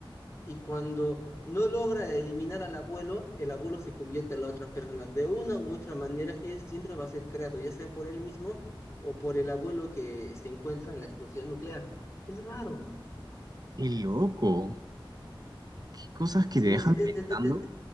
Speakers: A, on the left (about 35°); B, on the right (about 45°).
A: y cuando no logra eliminar al abuelo, el abuelo se convierte en la otra persona. De una u otra manera, él siempre va a ser creado, ya sea por él mismo o por el abuelo que se encuentra en la explosión nuclear. Es raro.
B: Qué loco. ¿Qué cosas que
A: Sí,
B: te dejan
A: es, es,
B: pensando?
A: es- es-